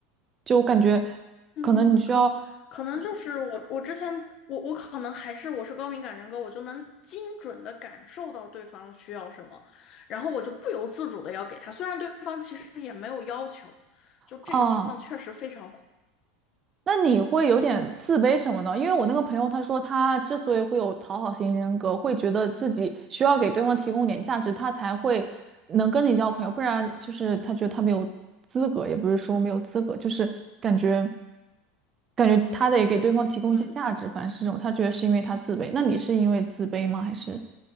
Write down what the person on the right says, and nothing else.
就感觉
可能你需要
啊，那你会有点自卑什么呢？因为我那个朋友他说他之所以会有讨好型人格，会觉得自己需要给对方提供点价值，他才会能跟你交朋友，不然就是他觉得他没有资格，也不是说没有资格，就是感觉。感觉他得给对方提供一些价值，
反正是这种，他觉得是因为他自卑。那你是因为自卑吗？还是